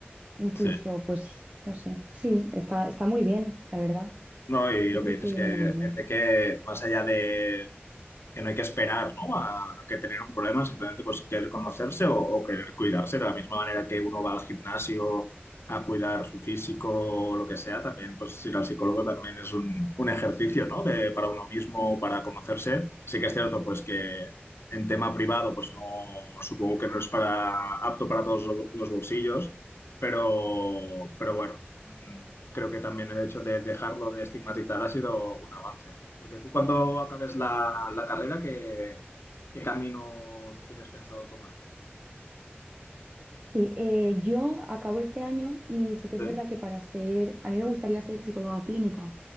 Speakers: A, on the right; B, on the left.
A: incluso
B: sí.
A: pues no sé, sí, está, está muy bien, la verdad.
B: No, y
A: Yo
B: lo
A: creo
B: que dices
A: que viene
B: es que
A: muy bien.
B: gente que más allá de que no hay que esperar, ¿no? A, a que tener un problema, simplemente pues querer conocerse o, o querer cuidarse de la misma manera que uno va al gimnasio a cuidar su físico o lo que sea, también pues ir al psicólogo también es un, un ejercicio, ¿no? De, para uno mismo, para conocerse. Sí que es cierto pues que en tema privado pues no, supongo que no es para apto para todos los los bolsillos. Pero, pero bueno, Mm, Creo que también el hecho de dejarlo de estigmatizar ha sido un avance. Porque tú cuando acabes la, la carrera, ¿qué, qué camino tienes pensado tomar?
A: Sí, eh, yo acabo este año y sí que es
B: ¿Eh?
A: verdad que para ser, a mí me gustaría ser psicóloga clínica.